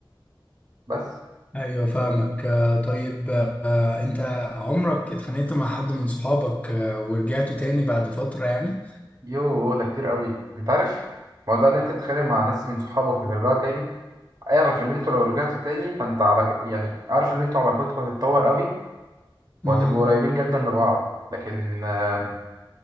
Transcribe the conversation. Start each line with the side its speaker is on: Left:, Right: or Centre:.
Right: بس
Left: ايوه فاهمك آه، طيب آه، انت عمرك اتخانقت مع حد من صحابك آه، ورجعتوا تاني بعد فتره يعني
Right: يوه ده كتير قوي انت عارف موضوع اللي انت تتخانق مع ناس من صحابك وترجعوا تاني اعرف اللي انتوا لو رجعتوا تاني فانت على يعني اعرف ان انتوا علاقتكم هتتطور قوي
Left: امم
Right: وهتبقوا قريبين جدا لبعض لكن آم،